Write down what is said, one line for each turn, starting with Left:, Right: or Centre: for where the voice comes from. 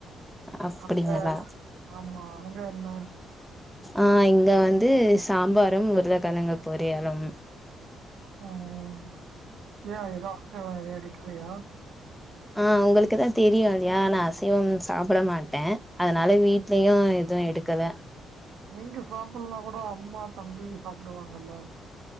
Centre: அப்டிங்களா
Right: அப்ப ஆமா சேரிண்ண
Centre: ஆ இங்க வந்து சாம்பாரும் உருளக்கழங்கு பொரியலும்
Right: ம் ஏ எதோ அசைவோ எதோ எடுக்கில்லையா
Centre: ஆ உங்குளுக்குதா தெரியு இல்லேயா நா அசைவம் சாப்பட மாட்டே அதனால வீட்லயு எதுவு எடுக்கல
Right: நீங்க சாப்பில்னா கூட அம்மா தம்பி சாப்புடுவாங்கல்லே